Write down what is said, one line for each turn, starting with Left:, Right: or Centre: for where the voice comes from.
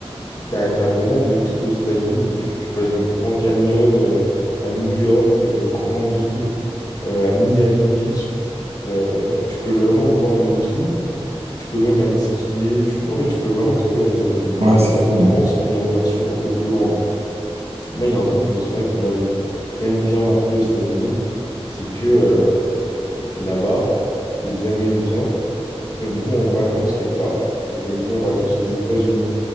Left: T'as, t'as vraiment de tout aux États-Unis. Tu, tu passes du Grand Canyon euh, à New York, euh, grande ville, euh, à Miami Beach. Euh, tu peux vraiment voir de tout. Tu peux même aller skier. tu- En fait, tu peux vraiment tout faire aux États-Unis.
Right: Ouais,
Left: Un peu
Right: c'est
Left: comme
Right: fou.
Left: en France,
Right: hein.
Left: mais en version un peu plus grande. Moi, il y a un truc, je me souviens, qui m'avait quand même bien marqué aux États-Unis, c'est que euh, là-bas, les Américains, quand ils vont en vacances quelque part, eh ben, ils vont en vacances aux États-Unis.